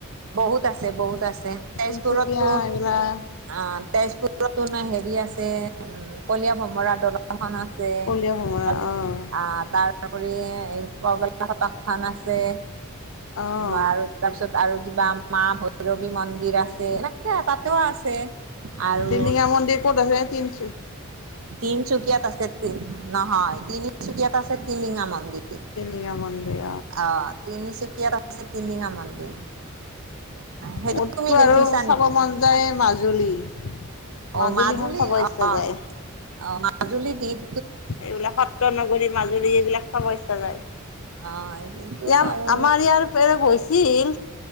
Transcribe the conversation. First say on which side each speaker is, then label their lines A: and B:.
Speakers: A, on the right (about 70°); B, on the left (about 70°).
A: বহুত আছে, বহুত আছে, তেজপুৰতো
B: তিনিচুকীয়া এইবিলাক
A: অ' তেজপুৰ তো, হেৰি আছে। উম, কলিয়া ভমৰা দলংখন আছে।
B: কলীয়া ভোমোৰা
A: আছে।
B: অঁ
A: আহ তাৰোপৰি পগলা ফতক খন আছে।
B: অঁ
A: আৰু তাৰপিছত আৰু কিবা মা ভৈৰৱী মন্দিৰ আছে, এনেকে তাতেও আছে। আৰু
B: টিলিঙা মন্দিৰ ক'ত আছে? তিনচু
A: তিনিচুকীয়াত আছে, নহয় তিনি তিনিচুকীয়াত আছে টিলিঙা মন্দিৰ
B: টিলিঙা মন্দিৰ
A: অ' তিনিচুকীয়া। ইয়াত আছে টিলিঙা মন্দিৰ। সেইটো
B: মোৰটো
A: তুমি দেখিছা
B: আৰু চাব
A: নেকি?
B: মন যায় মাজুলী।
A: অ'
B: মাজুলীখন
A: মাজুলী
B: চাব
A: অ'
B: ইচ্ছা যায়
A: অ' মাজুলী দ্বীপ।
B: এইবিলাক সত্ৰ নগৰী মাজুলী এইবিলাক চাব ইচ্ছা যায়। ইয়াৰ
A: অ কিন্তু আৰু
B: আমাৰ ইয়াৰ <unintelligible> গৈছিল।